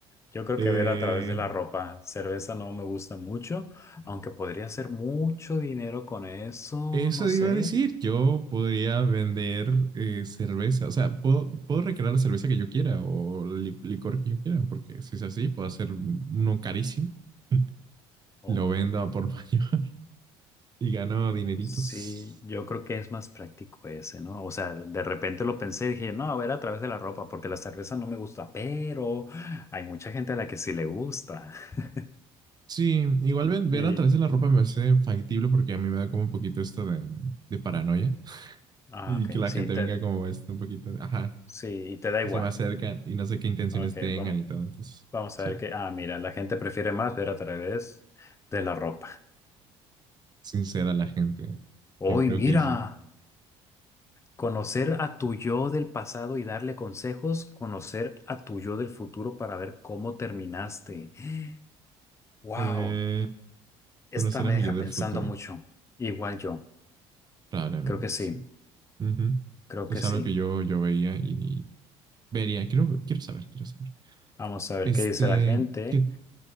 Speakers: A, on the left; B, on the right.
A: Yo creo
B: Eh,
A: que ver a través de la ropa, cerveza no me gusta mucho, aunque podría hacer mucho dinero con eso,
B: eso
A: no sé.
B: iba a decir, yo podría vender eh, cerveza, o sea, puedo, puedo recrear la cerveza que yo quiera o el li- licor que yo quiera, porque si es así, puedo hacer uno carísimo, <laughs>
A: Oh,
B: lo vendo a por mayor <laughs> y gano dineritos.
A: sí, yo creo que es más práctico ese, ¿no? O sea, de repente lo pensé, y dije, no, a ver a través de la ropa, porque la cerveza no me gusta, pero hay mucha gente a la que sí le gusta. <laughs>
B: Sí, igual ven- ver
A: Y,
B: a través de la ropa me parece factible porque a mí me da como un poquito esto de, de paranoia
A: ah,
B: y
A: ok,
B: que la
A: sí,
B: gente
A: te,
B: venga como esto un poquito, ajá,
A: sí, y te da
B: y
A: igual.
B: se me acercan y no sé qué intenciones
A: Ok,
B: tengan
A: vamos.
B: y todo, entonces,
A: Vamos
B: sí.
A: a ver qué. Ah, mira, la gente prefiere más ver a través de la ropa.
B: sincera la gente.
A: Hoy,
B: Yo creo
A: mira,
B: que sí.
A: conocer a tu yo del pasado y darle consejos, conocer a tu yo del futuro para ver cómo terminaste. <gasps> Wow,
B: Eh,
A: esta
B: conocer
A: me
B: a mi
A: deja
B: yo del
A: pensando
B: futuro.
A: mucho. Igual yo,
B: Probablemente
A: creo que sí,
B: sí. Ujú.
A: creo
B: Es
A: que sí.
B: algo que yo, yo veía y, y vería. Quiero, quiero saber, quiero saber.
A: Vamos a ver
B: Este,
A: qué dice la gente.
B: que,